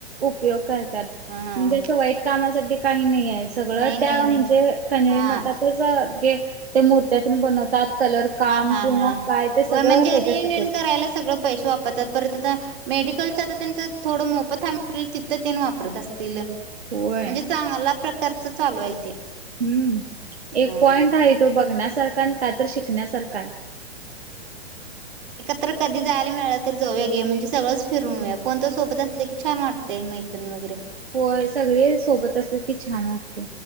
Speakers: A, on the right; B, on the right.
A: उपयोग करतात
B: हा
A: म्हणजे असं वाईट कामासाठी काही नाही आहे सगळ
B: नाही
A: त्या
B: नाही नाही
A: म्हणजे कनेरी
B: हा
A: मटाचच जे ते मूर्त्यातून बनवतात कलर काम
B: हा हा
A: किंवा
B: हा
A: काय ते सगळं
B: हो म्हणजे
A: त्याच्यासाठीच
B: रिन रण करायला सगळं पैसे वापरतात परत मेडिकलच त्यांच थोडं मोफ थ तिथं त्यां वापरत असतील म्हणजे
A: होय.
B: चांगला प्रकार चालू आहे ते
A: हम्म एक
B: हा
A: पॉइंट आहे तो बघण्यासारखा कायत शिक शिकण्यासारखं
B: तर कधी जायला मिळाला तर जाऊया घे म्हणजे सगळंच फिरूनया कोणत सोबत असलं की छान वाटतय मैत्र्री वगैरे
A: हो सगळे सोबत असते की छान वाटते